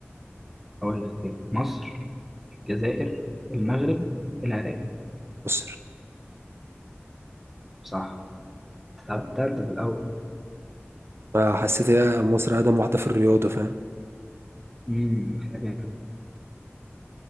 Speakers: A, in the centre; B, on the right.
A: أقول لك تاني مصر الجزائر المغرب العراق
B: مصر
A: صح طب ده أنت في الأول
B: أه، حسيت هي مصر اقدم واحده في الرياضه فاهم
A: امم كده كده